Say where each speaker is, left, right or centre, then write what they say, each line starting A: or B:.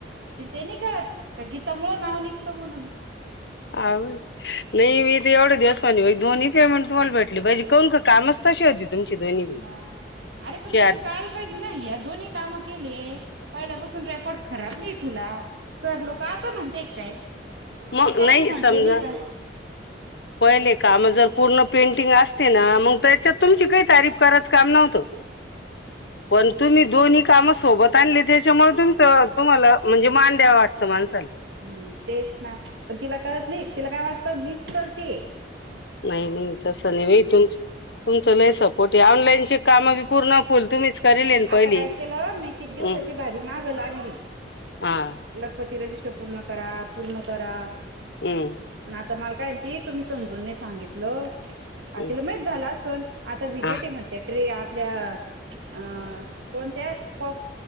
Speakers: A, on the right; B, on the left.
A: तिला तेनी कळत का गीतामुळं नाव निघतं म्हणून.
B: आव. नाही मी तर एवढ्या दिवस माझे बाई दोन्ही पेमेंट तुम्हाला भेटले पाहिजे कौन का कामचं तशे होते. तुमचे दोन्ही बी
A: मग अरे पण
B: चार
A: तिला कळायला पाहिजे ना या दोन्ही कामं केले पहिल्यापासून रेकॉर्ड खराब नाही ठुला. सर लोकं आता म्हणतेय काय?
B: म
A: याच्या
B: नाही
A: आधी म्हंटले
B: समजा,
A: नाही का
B: पण हे काम पहिले जर पूर्ण पेंटिंग अस- -तील ना मग त्यायच्यात तुमची काही तारीफ करायच काम नव्हतं. पण तुम्ही दोन्ही काम सोबत आणले. त्याच्यामुळ तुमचं तुम्हाला म्हणजे मान द्यावा वाट- -तो माणसाला.
A: हम्म. तेच ना. पण तिला कळत नाही. तिला काय वाटतं मीच करतीये.
B: नाही नाही तसं नाही बाई. तुमचं तुमचं लय सपोर्ट ए. ऑनलाईनचे- कामं बी पूर्ण फुल तुम्हीच करेल ए ना
A: आता
B: पहिले?
A: काय केलं मी किती दिवसाची
B: उं.
A: भाभी मागं लागली
B: आ.
A: लखपती रजिस्टर पूर्ण करा. पूर्ण करा.
B: हम्.
A: अन आता मला काय म्हणती? तुम्ही समजून नाही सांगितलं. आता
B: हम्म,
A: तिला माहित झाल असलं. आता विजेट
B: हा हा.
A: ए म्हणत्या. ते आपल्या अ कोणत्या कॉक-